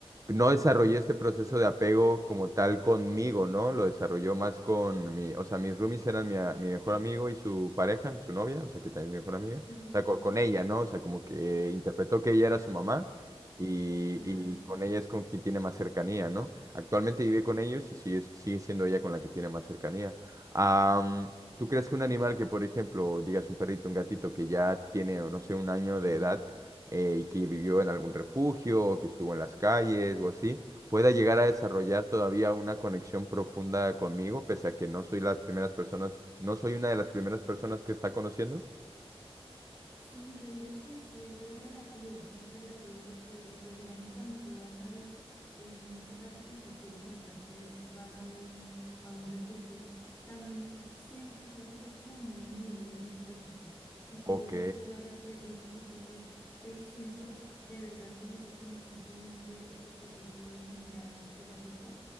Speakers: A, on the right; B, on the left.
A: no desarrollé este proceso de apego como tal conmigo, ¿no? Lo desarrolló más con mi, o sea, mis roomies eran mi, a- mi mejor amigo y su pareja, su novia, o sea, que también es mi mejor amiga,
B: Sí, sí,
A: o sea,
B: sí,
A: co- con, ella, ¿no? O sea, como que interpretó que ella era su mamá y,
B: claro.
A: y con ella es con quien tiene más cercanía, ¿no? Actualmente vive con ellos y sigue, sigue siendo ella con la que tiene más cercanía. Am, ¿tú crees que un animal que, por ejemplo, digas un perrito, un gatito que ya tiene, no sé, un año de edad, eh, y que vivió en algún refugio, o que estuvo en las calles o así, pueda llegar a desarrollar todavía una conexión profunda conmigo, pese a que no soy las primeras personas, no soy una de las primeras personas que está conociendo.
B: Sí, yo digo que sí, eso es relativo, es relativo porque, pues digamos, cuando tú vas al, en en este caso que si quieres adoptar, pues vas a un, a un refugio, también siento, o sea, esto ya es como muy a nivel energético. Si tú
A: Ok,
B: ves, pues, varios perritos y tú dices, te siento de verdad como esa conexión con este, este perrito en general o este gatico,